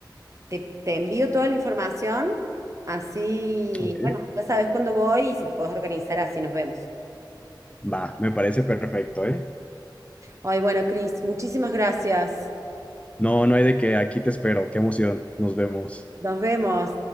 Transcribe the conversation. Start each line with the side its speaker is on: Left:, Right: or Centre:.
Right: te, te envío toda la información. Así,
Left: Ok.
Right: bueno, ya sabes cuándo voy y si te podés organizar, así nos vemos.
Left: Va, me parece perfecto, ¿eh?
Right: Ay, bueno, Cris, muchísimas gracias.
Left: No, no hay de qué aquí te espero. Qué emoción. Nos vemos.
Right: Nos vemos.